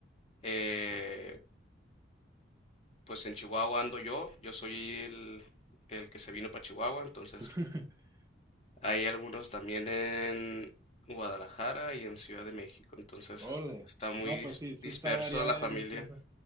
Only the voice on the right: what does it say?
<laughs>
Órale.
No, pues
sí, sí
está variada
y dispersa.